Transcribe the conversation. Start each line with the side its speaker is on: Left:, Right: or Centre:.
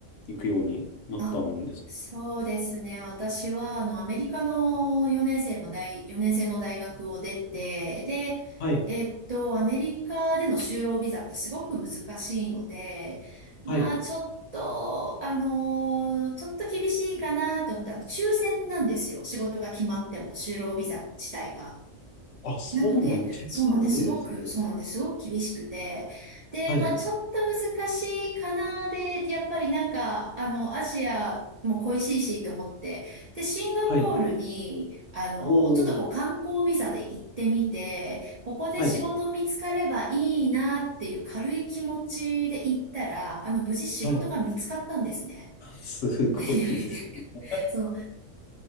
Left: 行くようになったんですか
Right: あ、そうですね。私は、あの、アメリカの4年生の大、4年生の大学を出て、で、
Left: はい、
Right: えっと、アメリカでの就労ビザってすごく難しいので、まあ、
Left: はい。
Right: ちょっと、あのーちょっと厳しいかなって思ったら、抽選なんですよ。仕事が決まっても、就労ビザ自体が。
Left: あ、そうなん、
Right: なので、
Left: 挑戦なんですね。
Right: そうなんです。すごく、そうなんです。すごく厳しくて。で、
Left: はい、
Right: まあちょっと難しいかなで、やっぱりなんか、あの、アジアも恋しいしと思って、で、シンガポールに、
Left: はい。
Right: あの、
Left: おー、
Right: ちょっとこう観光ビザで行ってみて、ここで仕事見つかればいいなっていう軽い気持ちで行ったら、
Left: はい、
Right: あの、無事仕事が見つかったんですね。
Left: はい。すごいですね。
Right: <laughs> いやいやいや、そう。